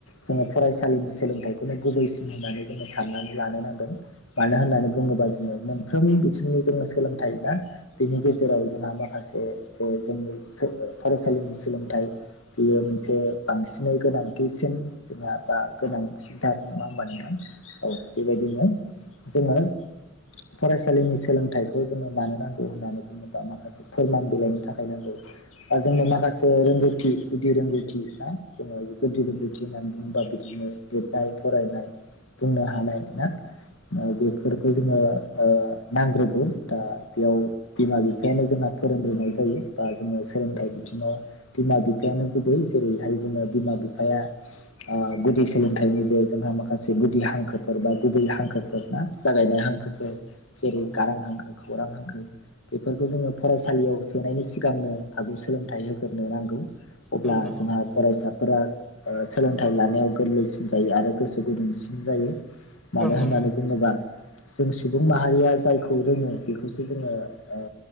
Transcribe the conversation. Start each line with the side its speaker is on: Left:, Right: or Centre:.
Left: जोंङो फरायसालिनि सोलों थाइखौनो गुबैसिन होननानै जोंङो साननानै लानो नांगोन मानो होननानै बुङोब्ला जोंङो मोन फ्रोम बिथिंनि जोंनो सोलोंथाइ मा बेनि गेजेराव जोंहा माख खासे जे जोंनि सो फरायसालिनि सोलोंथाइ बियो मोनसे बांसिनै गोनांथिसिन जोंहा बा गोनां सिथार नङा ओमबा नोंथां औ बेबायदिनो जोंङो फरायसालिनि सोलोंथाइखौ जोंनो मानो नांगौ होननानै बुङोबा माखास फोरमान बिलाइनि थाखाय नांगौ बा जोंनो माखास <unintelligible> रोंगौथि गुदि रोंगौथि ना जोंङो गुदि रोंगौथि होननानै बुङोबा बिदिनो लिरनाय फरायनाय बुंनो हानाय ना ओ बे फोरखौ जोंङो ओ नांग्रोगौ दा बेयाव बिमा बिफायानो जोंहा फोरोंग्रोनाय जायो बा जोङो सोलोंथाइ बिथिङाव बिमा बिफायानो गुबै जेरैहाय जोङो बिमा बिफाया ओ गुदिस सोलोंथाइनि जे जोंहा माखासे गुदि हांखोफोर बा गुबै हांखोफोर ना? जागायनाय हांखोफोर जेरै
Centre: औ
Left: गारां हांखो खौरां हांखो बेफोरखौ जोङो फरायसालियाव सोनायनि सिगांनो आगु सोलोंथाइ होगोरनो नांगौ। अब्ला
Centre: नोंथां
Left: जोंहा
Centre: औ
Left: फरायसाफोरा ओ सोलोंथाइ लानायाव गोरलैसिन जायो आरो गोसो गुदुंसिन जायो मानो
Centre: औ नोंथां
Left: होननानै
Centre: औ
Left: बुङोबा जों सुबुं माहारिया जायखौ रोङो बेखौसो जोङो ओ